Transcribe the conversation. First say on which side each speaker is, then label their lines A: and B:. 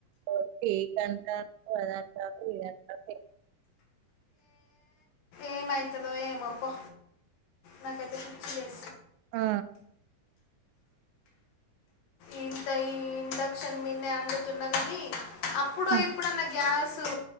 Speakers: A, on the right; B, on the left.
A: <unintelligible> టి <unintelligible> <unintelligible>
B: ఏమైతదో ఏమో పో నాకైతే సిగ్గు లేదు.
A: ఆ
B: ఇంట్లో ఈ ఇండక్షన్ మీదనే అండుతున్నా కానీ అప్పుడో
A: ఆ
B: ఇప్పుడన్న గ్యాస్ తు